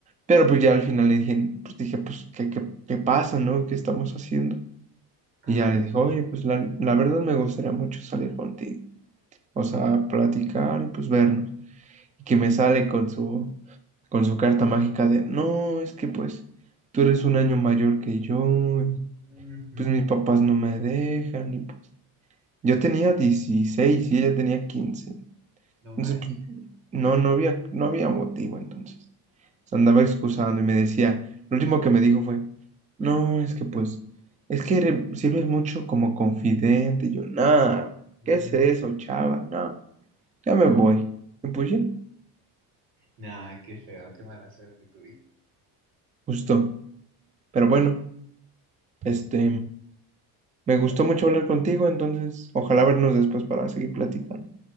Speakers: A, on the right; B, on the right.
A: pero pues ya al final le dije, pues dije, pues, ¿qué, qué, qué pasa, no? ¿Qué estamos haciendo?
B: Ajá.
A: Y ya le dije, oye, pues la, la verdad me gustaría mucho salir contigo, o sea, platicar y pues vernos. Y que me sale con su, con su carta mágica de, no, es que pues tú eres un año mayor que yo, y
B: Ujú,
A: pues mis papás no me dejan, y pues yo tenía 16 y ella tenía quince
B: No manches.
A: Entonces, pues, no, no había, no había motivo entonces. Se andaba excusando y me decía, lo último que me dijo fue, no, es que pues, es que re- sirves mucho como confidente. Y yo, nada, ¿qué
B: Mm,
A: es eso, chava? No, ya me
B: Nah.
A: voy. Y pues ya,
B: Nah, qué feo, qué mala suerte tuviste.
A: justo. Pero bueno, este, me gustó mucho hablar contigo, entonces, ojalá vernos después para seguir platicando.